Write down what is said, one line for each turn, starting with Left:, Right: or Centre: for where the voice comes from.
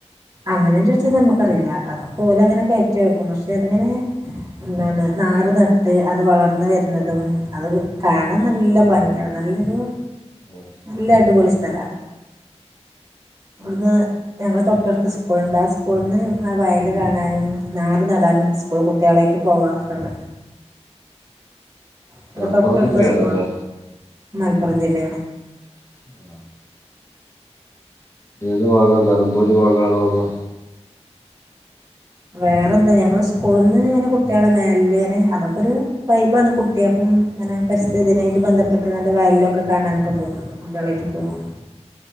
Right: അങ്ങനെ ചോദിച്ചാൽ നമുക്കറിയില്ല അത് പോലങ്ങനെ കയറ്റി വെക്കും പക്ഷേ അതങ്ങനെ എന്താണ് നാറ് നട്ട് അത് വളർന്ന് വരുന്നതും അത് കാണാൻ നല്ല ഭംഗിയാണ് നല്ലൊരു
Left: ഉം
Right: നല്ല അടിപൊളി സ്ഥലാണ് ഇവിടുന്ന് ഞങ്ങള തൊട്ടടുത്ത് സ് സ്കൂൾണ്ട് ആ സ്കൂൾന്ന് വയല് കാണാനും നാറ് നടാനും സ്കൂൾ കുട്ടികളായിട്ട് പോവാറൊക്കെണ്ട് ഇവിടെ
Left: മലപ്പുറം
Right: തൊട്ടടുത്ത
Left: ജില്ലയാണല്ലേ
Right: സ്കൂ മലപ്പുറം ജില്ലയാണ്
Left: ആണോ ഏത് വാഗാ നിലമ്പൂർ വാഗാണോ അതോ
Right: വേറെന്താ ഞങ്ങള് സ്കൂൾന്ന് ഇങ്ങനെ കുട്ടികളെ <unintelligible> ഇങ്ങനെ അതൊക്കെരു വൈബാണ് കുട്ട്യാക്കും ഇങ്ങനെ പരിസ്ഥിതി ദിനായിട്ട് ബന്ധപ്പെട്ട്ക്കാണ്ട് വയലിലൊക്കെ കാണാനൊക്കെ പോക്കുണ്ട് കുട്ട്യാളേറ്റ് പോകും